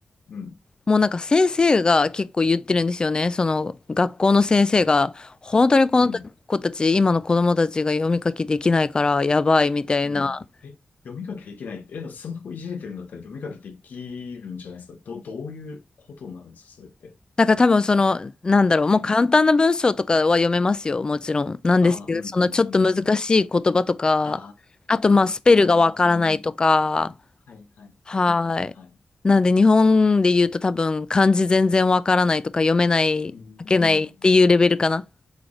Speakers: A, on the left; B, on the left.
A: ー、うん。
B: もうなんか先生が結構言ってるんですよね。その学校の先生が、本当にこの子たち、
A: うん。
B: 今の子供たちが読み書きできないからやばいみたいな。
A: うん。え、読み書きできないって、え、スマホいじれてるんだったら読み書きできるんじゃないですか。ど、どういうことになるんですか、それって。
B: だから多分その、なんだろう、もう簡単な文章とかは読めますよ、
A: うん。
B: もちろん。なんですけど、
A: ああ、うん、
B: そのちょっと難しい言葉とか、
A: うん、うん、うん。ああ、
B: あとまあスペルがわからないとか、
A: はい、はい、はい、
B: はい。
A: はい、はい。
B: なんで日本で言うと多分漢字全然わからないとか読めない、
A: うーん。
B: 書けないっていうレベルかな。